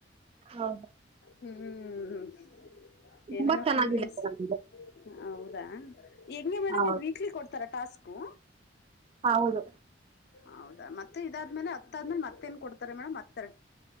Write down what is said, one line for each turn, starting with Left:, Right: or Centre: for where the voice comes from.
Right: ಹಾ
Left: ಹ್ಮ್ ಹ್ಮ್ ಏನನ
Right: ತುಂಬಾ ಚೆನ್ನಾಗಿದೆ
Left: ಫೀಲಿಂಗ್ಸ್
Right: ಇದು.
Left: ಹೌದಾ ಹೆಂಗೆ ಮೇಡಮ್
Right: ಹೌದು
Left: ಇ ವೀಕ್ಲಿ ಕೊಡ್ತಾರಾ ಟಾಸ್ಕ್ು
Right: ಹೌದು
Left: ಹೌದಾ ಮತ್ತೆ ಇದಾದ್ಮೇಲೆ ಅತ್ತಾದ್ಮೇಲೆ ಮತ್ತೇನ್ ಕೊಡ್ತಾರೆ ಮೇಡಮ್ ಮತ್ತ